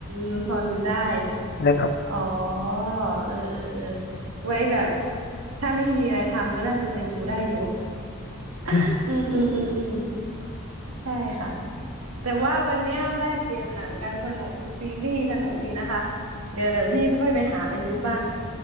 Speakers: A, on the right (about 80°); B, on the left (about 45°).
A: มพอดูได้
B: นะครับ
A: อ๋อเออเออเออไว้แบบถ้าไม่มีอะไรทำก็น่าจะไปดูได้อยู่ <laughs>
B: อืม
A: อืมอืมอืมอืมใช่ค่ะแต่ว่าวันเนี้ยแลกเปลี่ยนหนังกันสนุกซีรีส์สนุกดีนะคะเดี๋ยวเดี๋ยวพี่ค่อยไปหาไปดูบ้าง